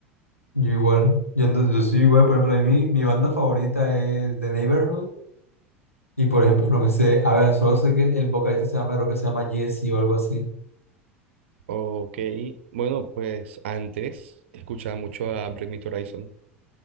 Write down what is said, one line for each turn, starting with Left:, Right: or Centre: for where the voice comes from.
Left: Yo igual, yo, ando- yo soy igual, por ejemplo, a mí mi banda favorita es The Neighborhood Y por ejemplo, no me sé, a ver, solo sé que el, el vocalista se llama, creo que se llama Jesse o algo así.
Right: Ok, bueno, pues antes escuchaba mucho a Bring Me the Horizon,